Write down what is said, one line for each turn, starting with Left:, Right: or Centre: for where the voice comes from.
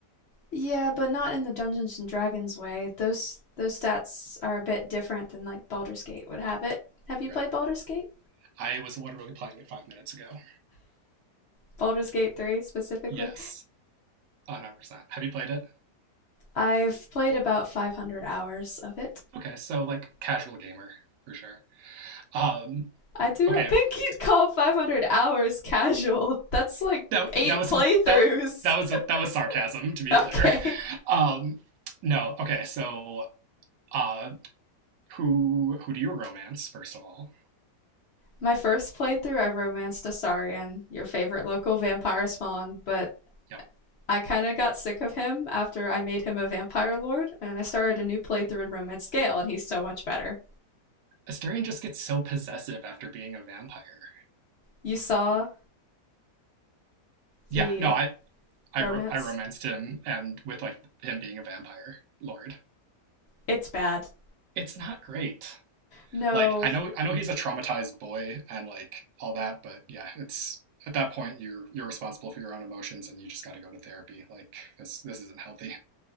Left: Yeah, but not in the Dungeons and Dragons way. Those those stats are a bit different than like Baldur's Gate would have it. Have you
Right: Right.
Left: played Baldur's Gate?
Right: I was literally playing it five minutes ago.
Left: Baldur's Gate 3 specifically?
Right: Yes, 100%. Have you played it?
Left: I've played about 500 hours of it.
Right: Okay, so like casual gamer for sure. Um,
Left: I do
Right: okay,
Left: not think you'd call 500 hours casual. That's like
Right: that
Left: eight
Right: that was
Left: playthroughs.
Right: some that that was
Left: <laughs>
Right: that was sarcasm to be
Left: Okay.
Right: clear. Um, no, okay, so uh, who who do you romance first of all?
Left: My first playthrough, I romanced Asarian, your favorite local vampire spawn, but
Right: Yep,
Left: I kind of got sick of him after I made him a vampire lord, and I started a new playthrough in Romance Gale, and he's so much better.
Right: Asterion just gets so possessive after being a vampire.
Left: You saw
Right: Yeah,
Left: the
Right: no, I I
Left: romance?
Right: ro- I romanced him, and with like him being a vampire lord,
Left: It's bad.
Right: it's not great.
Left: No,
Right: Like I know I know he's a traumatized boy and like all that, but yeah, it's at that point you're you're responsible for your own emotions, and you just got to go to therapy. Like this this isn't healthy.